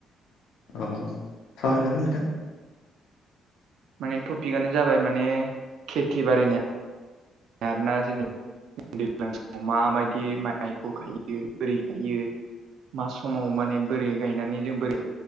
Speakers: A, on the left; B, on the right.
A: अ सावरायनो हागोन बिथां।
B: माने टपिकआनो जाबाय माने खेथि बारिनि आरोना जेनि दैज्लां समाव माबायदि माइखौ गायो बोरै गायो मा समाव माने बोरै गायनानै जों बोरै